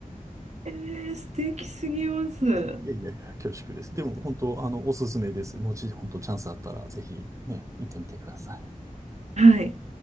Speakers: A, on the right; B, on the right.
A: ええ、素敵すぎます。
B: いやいやいや、恐縮です。でも、本当、あの、おすすめです。もし、本当、チャンスあったら、ぜひ、ね、行ってみてください。
A: はい。